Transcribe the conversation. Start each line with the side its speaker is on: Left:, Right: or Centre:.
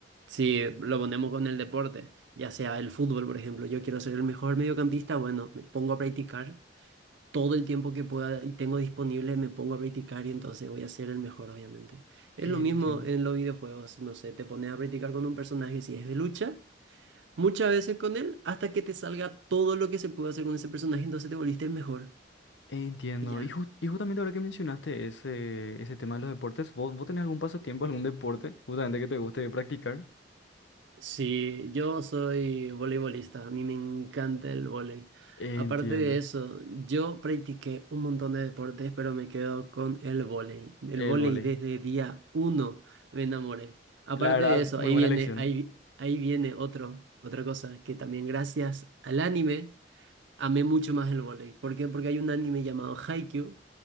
Right: si lo ponemos con el deporte, ya sea el fútbol, por ejemplo, yo quiero ser el mejor mediocampista, bueno, me pongo a practicar todo el tiempo que pueda y tengo disponible me pongo a practicar y entonces voy a ser el mejor, obviamente. Es
Left: Entiendo.
Right: lo mismo en los videojuegos, no sé, te pones a practicar con un personaje si es de lucha, muchas veces con él, hasta que te salga todo lo que se puede hacer con ese personaje, entonces te volviste el mejor.
Left: Entiendo.
Right: Y ya.
Left: Y, jus- y justamente ahora que mencionaste ese, ese tema de los deportes, ¿vos, vos tenés algún pasatiempo, algún deporte justamente que te guste practicar?
Right: Sí, yo soy voleibolista, a mí me encanta el vóley.
Left: Entiendo.
Right: Aparte de eso, yo practiqué un montón de deportes, pero me quedo con el vóley. El
Left: El
Right: vóley
Left: vóley.
Right: desde día uno me enamoré. Aparte
Left: La verdad,
Right: de eso,
Left: muy
Right: ahí
Left: buena
Right: viene,
Left: elección.
Right: ahí, ahí viene otro, otra cosa, que también gracias al anime amé mucho más el vóley. ¿Por qué? Porque hay un anime llamado Haikyuu,